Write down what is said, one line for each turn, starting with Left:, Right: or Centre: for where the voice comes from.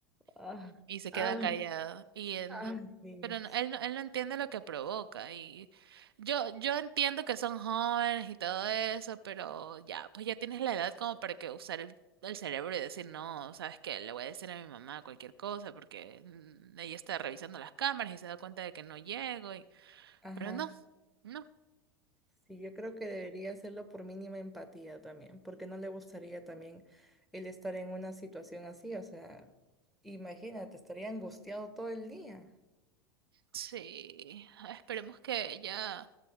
Centre: ah,
Right: y se queda
Centre: ah,
Right: callado. Y él
Centre: ah.
Right: no-
Centre: Los ah. niños.
Right: pero no- él, no- él no entiende lo que provoca. Y yo, yo entiendo que son jóvenes y todo eso, pero ya, pues ya tienes la edad como para que usar el, el cerebro y decir, no, ¿sabes qué? Le voy a decir a mi mamá cualquier cosa porque mm, ella está revisando las cámaras y se da cuenta de que no llego. Y...
Centre: Ajá.
Right: Pero no, no.
Centre: Sí, yo creo que debería hacerlo por mínima empatía también, porque no le gustaría también el estar en una situación así, o sea, imagínate, estaría angustiado todo el día.
Right: Sí, esperemos que ella